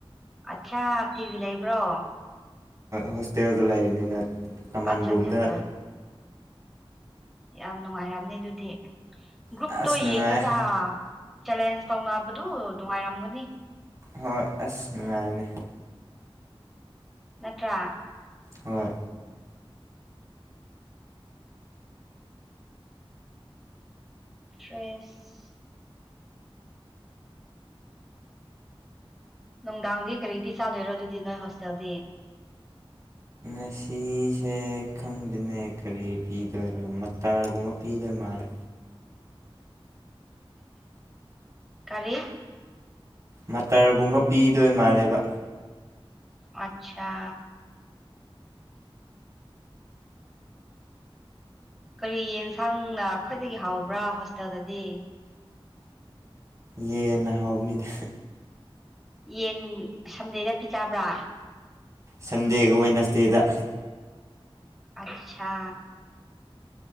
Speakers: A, in the centre; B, on the right.
A: ꯑꯠꯆꯥꯥ ꯇꯤꯚꯤ ꯂꯩꯕ꯭ꯔꯣ
B: ꯍꯣꯁꯇꯦꯜꯗ ꯂꯩꯕꯅꯤꯅ ꯀꯃꯟ
A: ꯑꯠꯆꯥ
B: ꯔꯨꯝꯗ
A: ꯑꯠꯆꯥ ꯑꯠꯆꯥ ꯌꯥꯝ ꯅꯨꯡꯉꯥꯏꯔꯝꯅꯦ ꯑꯗꯨꯗꯤ ꯒ꯭ꯔꯨꯞꯇꯣ
B: ꯑꯁ ꯅꯨꯡꯉꯥꯏ
A: ꯌꯦꯡꯉꯀ ꯆꯦꯂꯦꯟꯁ ꯇꯧꯅꯕꯗꯨ ꯅꯨꯡꯉꯥꯏꯔꯝꯒꯅꯤ
B: ꯍꯣꯏ ꯑꯁ ꯅꯨꯡꯉꯥꯏꯔꯅꯤ
A: ꯅꯠꯇ꯭ꯔꯥ
B: ꯍꯣꯏ
A: ꯐ꯭ꯔꯦꯁ ꯅꯨꯡꯗꯥꯡꯗꯤ ꯀꯔꯤ ꯄꯤ ꯆꯥꯗꯣꯏꯔꯣ ꯑꯗꯨꯗꯤ ꯅꯣꯏ ꯍꯣꯁꯇꯦꯜꯗꯤ <inaudible>
B: ꯑꯁꯤꯁꯦ ꯈꯪꯗꯦꯅꯦ ꯀꯔꯤ ꯄꯤꯗꯣꯏꯔꯣ ꯃꯇꯔꯒꯨꯝꯕ ꯄꯤꯗꯣꯏ ꯃꯥꯜꯂꯦ
A: <inaudible> ꯀꯔꯤ
B: ꯃꯇꯔꯒꯨꯝꯕ ꯄꯤꯗꯣꯏ ꯃꯥꯜꯂꯦꯕ
A: ꯑꯆꯥ ꯀꯔꯤ ꯌꯦꯟꯁꯥꯡꯅ ꯑꯩꯈꯣꯏꯗꯒꯤ ꯍꯥꯎꯕ꯭ꯔꯥ ꯍꯣꯁꯇꯦꯜꯗꯗꯤ
B: ꯌꯦꯟꯅ ꯍꯥꯎꯕꯅꯤꯗ
A: ꯌꯦꯟ ꯁꯟꯗꯦꯗ ꯄꯤꯖꯕ꯭ꯔꯥ
B: ꯁꯟꯗꯦ ꯋꯥꯅꯥꯗꯦꯗ
A: ꯑꯆꯥ